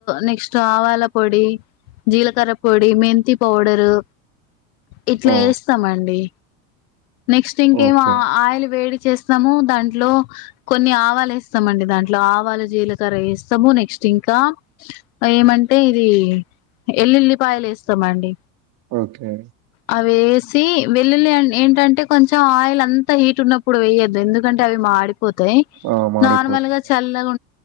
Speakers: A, on the left; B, on the right.
A: నెక్స్ట్ ఆవాల పొడి జీలకర పొడ్ మెంతి పోడారు ఇట్లా
B: ఓ
A: ఎస్తామండి నెక్స్ట్ ఇంకేం
B: ఓకే.
A: ఆ ఆయిల్ వేడి చేస్త్ స్తాము దాంట్లో కొన్ని ఆవాలు వేస్తామండి దాంట్లో ఆవాలు జీలకర్ర వేస్తాము నెక్స్ట్ ఇంకా ఏమంటే ఇది ఎల్లుల్లి ఉపాయలు ఎస్తమండి
B: ఓకే
A: అ వేసి వెల్లుల్లి ఏంటంటే కొంచెం ఆయిల్ అంతా హీట్ ఉన్నప్పుడు వేయొద్దు ఎందుక్ ఎందుకంటే అవి మాడిపోతాయి
B: ఆ! మాడిపోతాయి.
A: నార్మల్ గా చల్లగ్